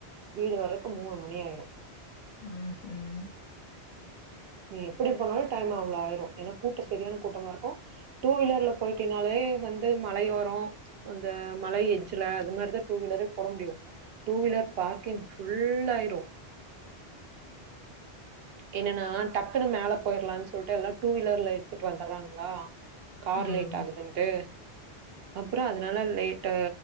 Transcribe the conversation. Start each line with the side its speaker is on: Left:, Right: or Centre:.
Right: வீடு வர்றக்கு மூணு மணி ஆயிரு
Left: ம் ஹும்
Right: நீ எப்டி போனாலு டைம் அவ்ளோ ஆயிரு ஏனா கூட்டோ செரியான கூட்டமாருக்கு டூ வீலர்ல போய்ட்டீனாலே வந்து மலையோரோ அந்த மல எஜ்ஜுல அது மாத்ரிதா டூ வீலரே போட முடியு டூ வீலர் பார்க்கிங் ஃபுல்லாயிரு என்னன்னா டக்குன்னு மேல போய்ர்லான் சொல்ட்டு எல்லா டூ வீலர்ல எத்துட்டு வந்தர்றாங்களா கார்
Left: ம்.
Right: லேட்டாகுதுன்ட்டு அப்றோ அதனால லேட்டு